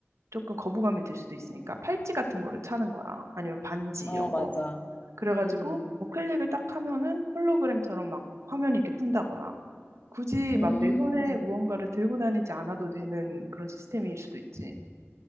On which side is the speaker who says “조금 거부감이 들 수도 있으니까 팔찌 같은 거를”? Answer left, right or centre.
Right